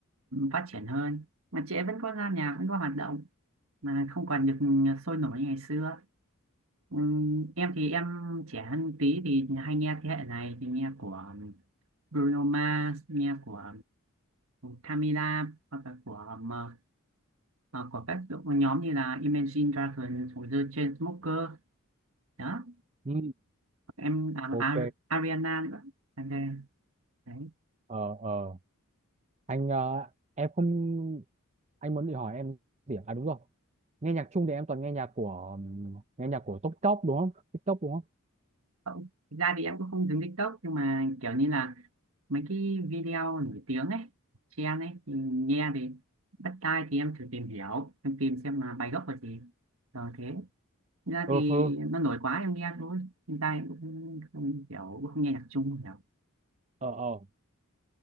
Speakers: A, on the right; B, on the right.
A: phát triển hơn. Mà chị ấy vẫn có ra nhà, vẫn có hoạt động mà không còn được sôi nổi như ngày xưa. Ừm, em thì em trẻ hơn tí thì hay nghe thế hệ này thì nghe của um, Bruno Mars, nghe của Camila hoặc là của um, ờ, ờ, của các đội- nhóm như là Imagine Dragons hoặc The Chainsmokers đó
B: Ừ.
A: em à,
B: Ok,
A: Ar- Ariana nữa Em đây, đấy
B: ờ ờ anh ờ, em không anh muốn đi hỏi em gì à? À, đúng rồi. Nghe nhạc chung thì em toàn nghe nhạc của ừm, nghe nhạc của TikTok đúng không? TikTok đúng không?
A: Không, thực ra thì em cũng không dùng TikTok nhưng mà kiểu như là mấy cái video nổi tiếng ấy trend ấy thì nghe thì bắt tai thì em thử tìm hiểu em tìm xem là bài gốc là gì rồi thế Thực ra
B: Ừ.
A: thì
B: hừ.
A: nó nổi quá em nghe thôi hiện tại em cũng không kiểu cũng không nghe nhạc Trung nhiều
B: Ờ ờ